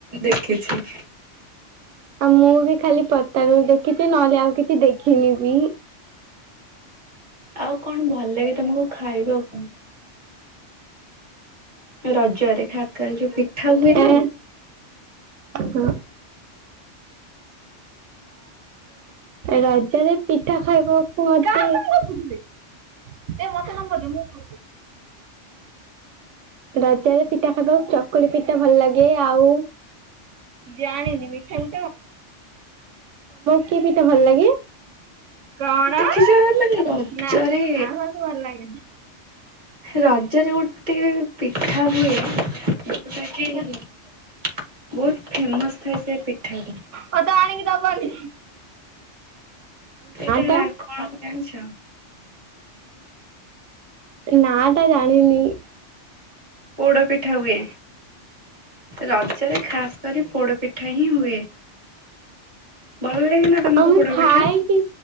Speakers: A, on the right; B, on the right.
A: ଦେଖିଛି।
B: ଆଉ ମୁଁ ବି ଖାଲି ପଟା ଦୋଳି ଦେଖିଛି ନହେଲେ ଆଉ କିଛି ଦେଖିନି ବି।
A: ଆଉ କଣ ଭଲ ଲାଗେ ତମକୁ ଖାଇବାକୁ? ରଜରେ ଖାସ୍ କରି ଯୋଉ ପିଠା ହୁଏ
B: ଏ
A: ନା?
B: ହଁ। ରଜରେ ପିଠା ଖାଇବାକୁ ମତେ ଏ ମୋତେ ନମ୍ବର ଦେ ମୁଁ ରଜରେ ପିଠା ଖାଇବାକୁ ଚକୁଳି ପିଠା ଭଲ ଲାଗେ ଆଉ ତମକୁ କି ପିଠା ଭଲ ଲାଗେ? କଣ-ଅ?
A: ଦେଖିଛ ମାନେ ରଜରେ
B: ନା ଆମକୁ ଭଲ ଲାଗେନି।
A: ରଜରେ ଗୋଟେ ପିଠା ହୁଏ ଯୋଉଟାକି ବହୁତ ଫେମସ୍ ଥାଏ ସେ ପିଠାଟା।
B: ମତେ ଆଣିକି ଦବନି।
A: ସେଇଟା
B: ଟା
A: କଣ ଜାଣିଛ?
B: ନାଆଁ ଟା ଜାଣିନି।
A: ପୋଡପିଠା ହୁଏ, ରଜରେ ଖାସ୍ କରି ପୋଡ ପିଠା ହିଁ ହୁଏ। ଭଲ ଲାଗେ ନା
B: ହଁ
A: ତମକୁ
B: ମୁଁ
A: ପୋଡ
B: ଖାଇ-ଇଛି,
A: ପିଠା?